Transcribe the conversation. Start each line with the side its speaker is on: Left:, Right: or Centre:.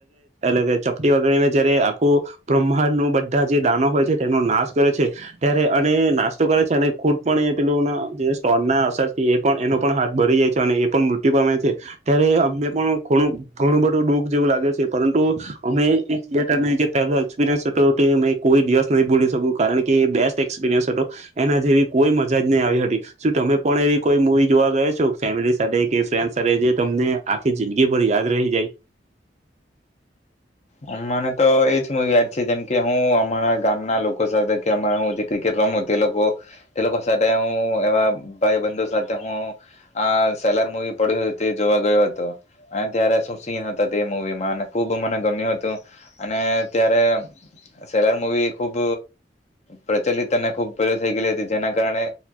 Right: અગ ચપટી વગડીને જયારે આખું બ્રહ્માંડ નું બધા જે દાનો હોય છે તેનો નાશ કરે છે ત્યારે અને નાસ્તો કરે છે અને ખુદ પણ એ પેના જે સ્ટોન ના અસરથી એ પણ એનો પણ હાથ ભરી જાય છે અને એ પણ મૃત્યુ પામે છે ત્યારે અને પણણું ઘણું બધું દુઃખ જેવું લાગે છે પરંતુ અમે થિયેટર જે પહેલો એક્સપિરયન્સ હતો તે કોઈ દિવસ નહી ભૂલી શકું કારણ કે એ બેસ્ટ એક્સપિરિયન્સ હતો એના જેવી કોઈ મજા જ નહી આવી હતી શું તમે પણ એવી કોઈ મુવી જોવા ગયા છો ફેમિલી સાથે કે ફ્રેન્ડ સાથે જે તમને આખી જિંદગી ભર યાદ રહી જાય?
Left: મને તો એજ મુવી યાદ છે જેમકે હું અમારા ગામના લોકો સાથે કે અમા હું જે ક્રિકેટ રમું તે લોકો તે લોકો સાથે હું એવા ભાઈ બંધુ સાથે હું આ સેલર મુવી પડ્યો તે જોવા ગયો હતો અને ત્યારે શું સીન હતા તે મુવીમાં અને ખુબ મને ગમ્યો હતું. તો અને ત્યારે સેલાર મુવી ખુબ પ્રચલિત અને ખુબ પ થઈ ગયલી હતી જેના કારણે